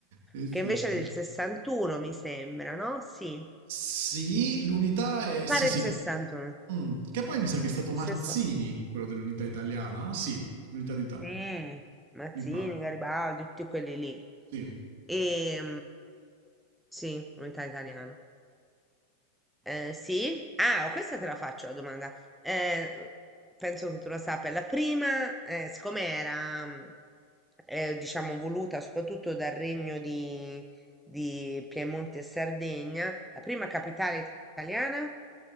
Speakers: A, on the right (about 50°); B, in the centre.
A: sì, sì.
B: che invece è
A: sì.
B: del 61, mi sembra, no? Sì,
A: Sì, l'unità è,
B: mi
A: sì,
B: pare
A: sì.
B: il 61.
A: Mm, Che poi mi sa che è stato
B: 60.
A: Mazzini, quello dell'unità italiana. Sì, l'unità d'Italia,
B: Sì, Mazzini,
A: mi pare.
B: Garibaldi, tutti quelli lì.
A: Sì.
B: E, sì, unità italiana. Eh, sì? Ah, oh, questa te la faccio la domanda. Eh, penso che tu la sappia. La prima, eh, siccome era, mm, eh, diciamo, voluta soprattutto dal regno di, di Piemonte e Sardegna, la prima capitale italiana?